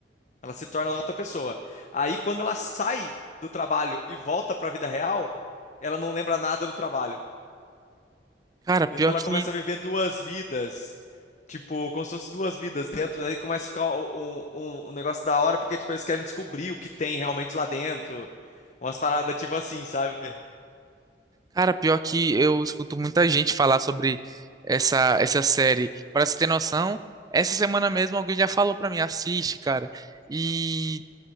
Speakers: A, on the left (about 45°); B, on the right (about 20°).
A: Ela se torna outra pessoa. Aí, quando ela sai do trabalho e volta para a vida real, ela não lembra nada do trabalho.
B: cara, pior
A: Então, ela
B: que.
A: começa a viver duas vidas. Tipo, como se fosse duas vidas dentro, daí começa a ficar um, um- um negócio da hora, porque, tipo, eles querem descobrir o que tem realmente lá dentro. Umas paradas, tipo assim, sabe?
B: Cara, pior que eu escuto muita gente falar sobre essa, essa série. Pra você ter noção, essa semana mesmo alguém já falou pra mim, assiste, cara. E